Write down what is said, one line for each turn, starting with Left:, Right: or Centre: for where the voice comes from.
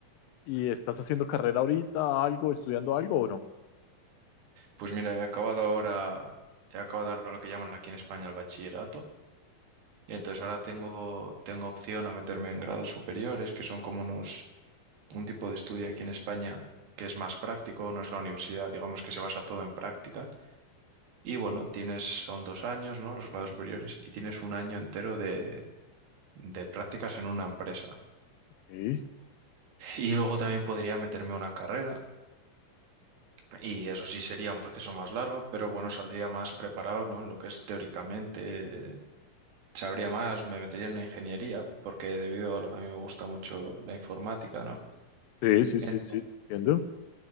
Left: ¿Y estás haciendo carrera ahorita, algo, estudiando algo o no?
Right: Pues mira, he acabado ahora, he acabado ahora lo que llaman aquí en España el bachillerato. Y entonces ahora tengo, tengo opción a meterme en grados superiores, que son como unos, un tipo de estudio aquí en España que es más práctico, no es la universidad, digamos que se basa todo en práctica. Y bueno, tienes, son dos años, ¿no? Los grados superiores, y tienes un año entero de, de prácticas en una empresa.
Left: Sí,
Right: Y luego también podría meterme a una carrera, y eso sí sería un proceso más largo, pero bueno, saldría más preparado, ¿no? En lo que es teóricamente, eh, sabría más, me metería en una ingeniería, porque debido a, lo- a mí me gusta mucho la informática, ¿no?
Left: sí, sí, sí,
Right: Entonces,
Left: sí, te entiendo.